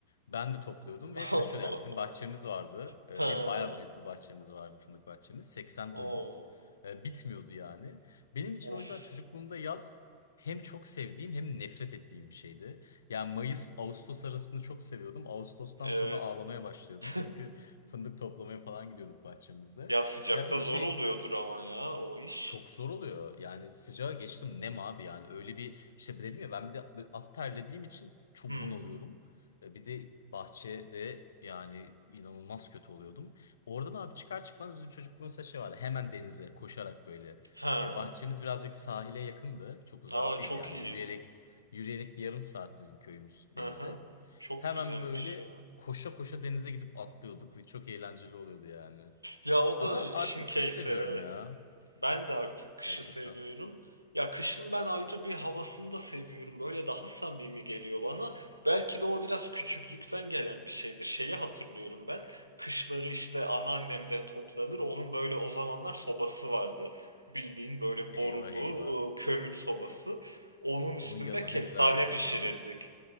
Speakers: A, on the left; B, on the right.
A: Ben de topluyordum
B: <laughs>
A: ve taşıyordum. Yani bizim bahçemiz vardı e,
B: Ha.
A: ve bayağı büyük bir bahçemiz vardı fındık bahçemiz. 80
B: Oo.
A: dönüm. E, bitmiyordu yani. Benim için
B: Of.
A: o yüzden çocukluğumda yaz hem çok sevdiğim hem nefret ettiğim bir şeydi. Yani Mayıs-Ağustos arasını çok seviyordum. Ağustos'tan
B: Evet.
A: sonra ağlamaya başlıyordum.
B: <laughs>
A: Çünkü Fındık toplamaya falan gidiyorduk bahçemizde.
B: Ya sıcakta
A: Ya bir de
B: zor
A: şey
B: oluyordur ama ya o iş.
A: çok zor oluyor. Yani sıcağa geçtim nem abi yani öyle bir işte dedim ya ben bir de böyle az terlediğim için çok
B: Hmm.
A: bunalıyorum. E, Bir de bahçede yani inanılmaz kötü oluyordum. Oradan abi çıkar çıkmaz bizim çocukluğumuzda şey vardı. Hemen denize koşarak böyle.
B: Ha.
A: E, bahçemiz birazcık sahile yakındı. Çok uzak
B: Aa
A: değil
B: çok
A: yani
B: iyi.
A: yürüyerek yürüyerek bir yarım saat bizim köyümüz denize.
B: Hı hı. Çok
A: Hemen
B: güzelmiş
A: böyle
B: ya.
A: koşa koşa denize gidip atlıyorduk ve çok eğlenceli oluyordu yani.
B: Ya o
A: Ama
B: da işin
A: artık
B: keyfi
A: kış seviyorum
B: evet.
A: ya
B: Ben de artık kışı
A: gerçekten.
B: seviyorum. Ya kışın ben ayrı bir havasını da seviyorum. Böyle daha samimi geliyor bana. Belki de o biraz küçüklükten gelen bir şeydir. Şeyi hatırlıyorum ben. Kışları işte anneannem de toplanır. Onun böyle o zamanlar sobası vardı. Bildiğin böyle
A: Eyvah
B: borulu
A: eyvah.
B: e, kömür sobası. Onun üstünde
A: Onun yanına
B: kestane
A: ne güzel ya- oturuluyor.
B: pişirirdik.